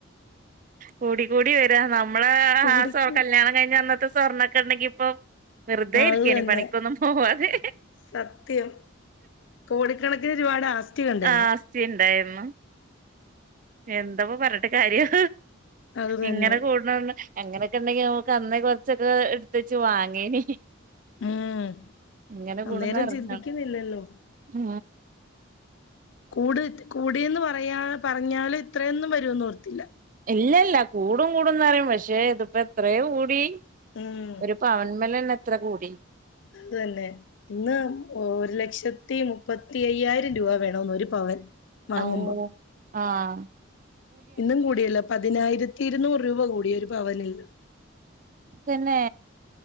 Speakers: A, on the right; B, on the left.
A: കൂടി കൂടി വരിഅ നമ്മള
B: തുടിക്കും
A: ആ കല്യാണം കഴിഞ്ഞ് അന്നത്തെ സ്വർണ ക്കെണ്ടെങ്കി ഇപ്പൊ വെറുതൊയിരിക്കനി
B: അത് തന്നെ
A: പണിക്കൊന്നും പോവാതെ
B: സത്യം കോടിക്കണക്കിന് രുപയുടെ ആസ്തികണ്ട്
A: ആ ആസ്തി ഇണ്ടായിരുന്നു എന്താപ്പ പറഞ്ഞിട്ട് കാര്യം
B: അത് തന്നെ
A: ഇങ്ങനെ കൂടണന്ന് അങ്ങനെയൊക്കെ ഇണ്ടെങ്കിൽ നമുക്ക് അന്നേ കൊറച്ചൊക്കെ എടുത്ത വച്ച് വാങ്ങീന്
B: ഉം
A: ഇങ്ങനെ കൂടുന്നറഞ്ഞാണ്
B: അന്നേരം ചിന്തിക്കുന്നില്ലല്ലോ
A: ഉ
B: കൂട് കൂടന്ന് പറയാ പറഞ്ഞാലും ഇത്രയൊന്നും വരുമെന്ന് ഓർത്തില്ല
A: ഇല്ല ഇല്ല കൂടും കൂടുംന്ന്റിയും പക്ഷെ ഇതിപ്പോ എത്രയോ കൂടി
B: ഉം
A: ഒരു പവന്മലന്നെ എത്ര കൂടി
B: അത്തന്നെ ഇന്ന് ഒരു ലക്ഷത്തി മുപ്പത്തി അയ്യായിരം രൂപ വേണന്ന് ഒരു പവൻ വാങ്ങുമ്പോ
A: ആവു ആഹ
B: ഇന്നും കൂടിയല്ലോ പതിനായിരത്തി ഇരുന്നൂറ് രൂപ കൂടിയ ഒരു പവനല്ല
A: തന്നെ.